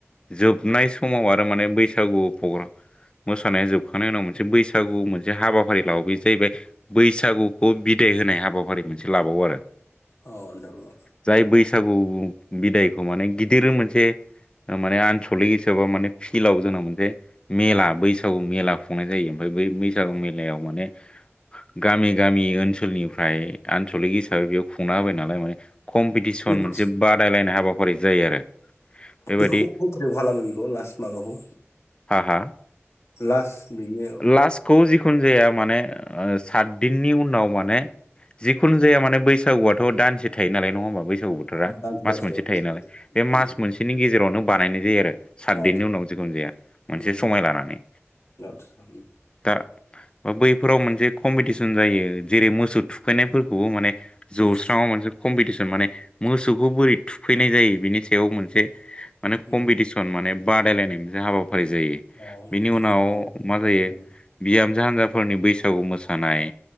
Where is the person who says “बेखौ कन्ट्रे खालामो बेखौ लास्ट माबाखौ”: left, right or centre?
Left